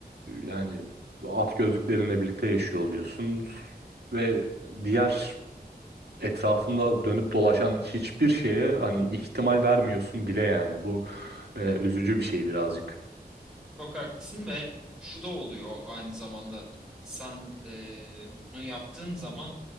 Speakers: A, on the right (about 85°); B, in the centre.
A: yani at gözlüklerinle birlikte yaşıyor oluyorsun ve diğer etrafında dönüp dolaşan hiçbir şeye hani ihtimal vermiyorsun bile yani bu e, üzücü bir şey birazcık.
B: Çok haklısın ve şu da oluyor aynı zamanda. Sen e, bunu yaptığın zaman